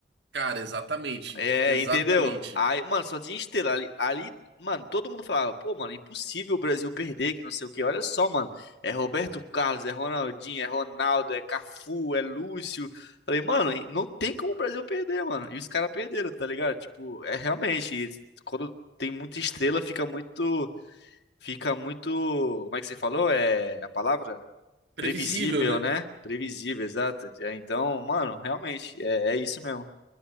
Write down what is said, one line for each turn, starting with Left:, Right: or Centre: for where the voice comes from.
Right: Cara, exatamente.
Left: é,
Right: Exatamente.
Left: entendeu? Aí, mano, só tinha estrela ali, ali, mano, todo mundo falava, pô, mano, é impossível o Brasil perder, que não sei o quê. Olha só, mano, é Roberto Carlos, é Ronaldinho, é Ronaldo, é Cafu, é Lúcio. Falei, mano, não tem como o Brasil perder, mano. E os caras perderam, tá ligado? Tipo, é realmente, quando tem muita estrela, fica muito, fica muito, como é que você falou? É a palavra?
Right: Previsível,
Left: Previsível,
Right: né?
Left: né? Previsível, exato. É, Então, mano, realmente, é, é isso mesmo.